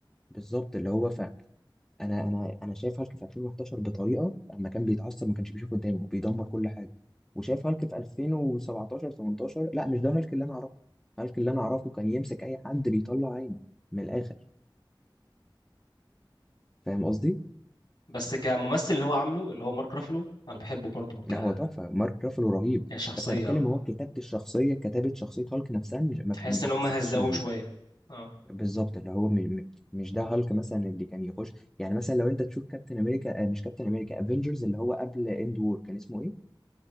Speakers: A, in the centre; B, on the left.
A: بالظبط اللي هو انا انا انا شايف هالك في 2011 بطريقه اما كان بيتعصب ما كانش بيشوف قدامه بيدمر كل حاجه وشايف هالك في 2017 18 لا مش ده هالك اللي انا اعرفه هالك اللي انا اعرفه كان يمسك اي حد بيطلع عينه من الاخر فاهم قصدي
B: بس كممثل اللي هو عامله اللي هو مارك رافلو انا بحبه برضه
A: لا
B: ك...
A: هو تحفه مارك رافلو رهيب
B: كشخصية
A: بس انا بتكلم
B: اه
A: هو كتابه الشخصيه كتابه شخصيه هالك نفسها مش ما,
B: تحس
A: ما
B: ان
A: حسيتهاش
B: هم هزقوه
A: لذيذه
B: شوية اه
A: بالظبط اللي هو م- م- مش ده هالك مثلا اللي كان يخش يعني مثلا لو انت تشوف كابتن امريكا آه، مش كابتن امريكا افنجرز اللي هو قبل اند وور كان اسمه ايه؟